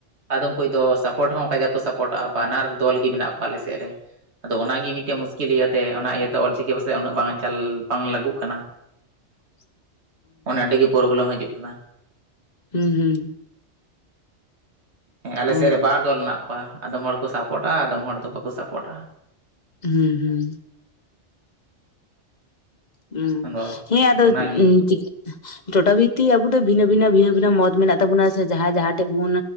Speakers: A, on the right (about 65°); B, on the left (about 40°).
A: ᱟᱫᱚᱢ ᱠᱚ ᱫᱚ ᱥᱟᱯᱚᱴ ᱦᱚᱸ ᱚᱱᱠᱟ ᱡᱟ ᱠᱚ ᱥᱟᱯᱚᱴᱚᱜᱼᱟ ᱵᱟᱱᱟᱨ ᱫᱚᱞ ᱜᱮ ᱢᱮᱱᱟᱜ ᱠᱚᱣᱟ ᱟᱞᱮ ᱥᱮᱫ ᱨᱮᱼᱼ ᱟᱫᱚ ᱚᱱᱟᱜᱮ ᱢᱤᱫᱴᱮᱡ ᱢᱩᱥᱠᱤᱞ ᱤᱭᱟᱹᱛᱮ ᱚᱱᱟ ᱤᱭᱟᱹᱛᱮ ᱚᱞᱪᱤᱠᱤ ᱯᱟᱥᱮᱡ ᱩᱱᱟᱹᱜ ᱵᱟᱝ ᱪᱟᱞ ᱵᱟᱝ ᱞᱟᱹᱜᱟᱜᱩᱜ ᱠᱟᱱᱟ᱾
B: <inaudible>
A: ᱚᱱᱮ ᱚᱸᱰᱮᱜᱮ ᱯᱨᱳᱵᱞᱮᱢ ᱦᱟᱡᱩᱜ ᱠᱟᱱᱟ᱾
B: ᱦᱩᱸ ᱦᱩᱸ᱾
A: ᱦᱮᱸ ᱟᱞᱮ
B: ᱚ
A: ᱥᱮᱫ ᱨᱮ ᱵᱟᱨ ᱫᱚᱞ ᱦᱮᱱᱟᱜ ᱠᱚᱣᱟ᱾ ᱟᱫᱚᱢ ᱦᱚᱲ ᱠᱚ ᱥᱟᱯᱚᱴᱟ, ᱟᱫᱚᱢ ᱦᱚᱲ ᱫᱚ ᱵᱟᱠᱚ ᱥᱟᱯᱚᱴᱟ᱾
B: ᱦᱩᱸ ᱦᱩᱸ᱾ ᱦᱩᱸ,
A: ᱟᱫᱚ
B: ᱦᱮᱸ ᱟᱫᱚ
A: ᱚᱱᱟᱜᱮ
B: ᱩᱸ ᱪᱤ ᱴᱚᱴᱟ ᱵᱷᱤᱛᱤᱠ ᱟᱵᱚ ᱫᱚ ᱵᱷᱤᱱᱟᱹ ᱵᱷᱤᱱᱟᱹ ᱵᱷᱤᱱᱟᱹ ᱵᱷᱤᱱᱟᱹ ᱢᱚᱛ ᱢᱮᱱᱟᱜ ᱛᱟᱵᱚᱱᱟ ᱥᱮ ᱡᱟᱦᱟᱸᱭ ᱡᱟᱦᱟᱸ ᱴᱷᱮᱡ ᱵᱚᱱᱼᱼ